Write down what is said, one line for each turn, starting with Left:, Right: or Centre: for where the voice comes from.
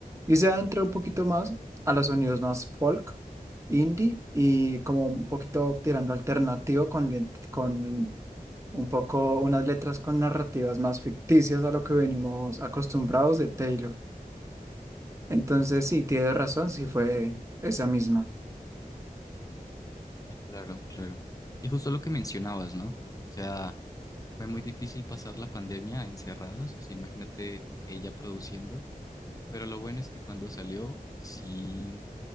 Right: y se adentró
Left: Ok.
Right: un poquito más a los sonidos más folk, indie y como un poquito tirando alternativo con, len- con un poco unas letras con narrativas más ficticias a lo que venimos acostumbrados de Taylor. Entonces sí, tiene razón, sí fue esa misma,
Left: Sí, Claro, claro. Y justo lo que mencionabas, ¿no? O sea, fue muy difícil pasar la pandemia encerrados, o sea, imagínate ella produciendo, pero lo bueno es que cuando salió, sí,